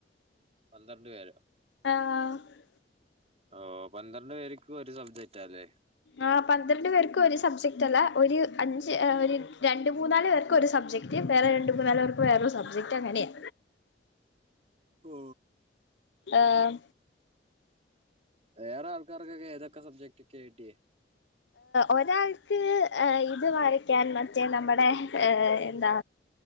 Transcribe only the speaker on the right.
പന്ത്രണ്ടു പേരോ
ഓ. പന്ത്രണ്ടു പേർക്കും ഒരു സബ്ജക്റ്റാല്ലേ
ഓ.
വേറെ ആൾക്കാർക്കൊക്കെ ഏതൊക്കെ സബ്ജക്റ്റോക്കെ കിട്ടിയേ?